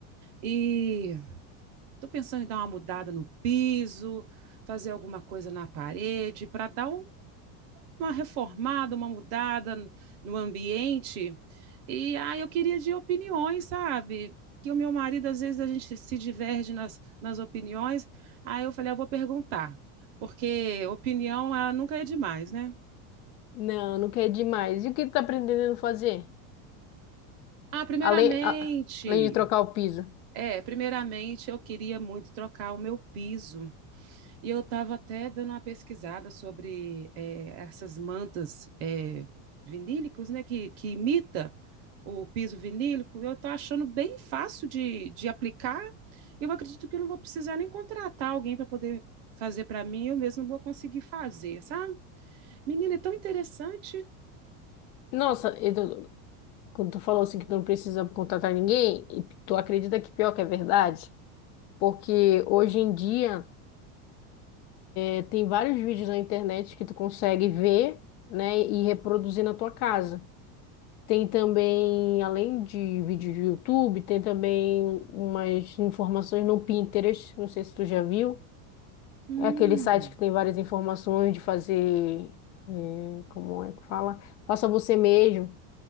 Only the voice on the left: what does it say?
Não, não quer demais. E o que tu tá aprendendo a fazer?
Além, a- além de trocar o piso.
Nossa, e tu- quando tu falou assim que tu não precisa contratar ninguém, e tu acredita que pior que é verdade? Porque hoje em dia é, tem vários vídeos na internet que tu consegue ver, né, e reproduzir na tua casa. Tem também, além de vídeo do YouTube, tem também umas informações no Pinterest, não sei se tu já viu.
É aquele site que tem várias informações de fazer, eh, como é que fala? Faça você mesmo.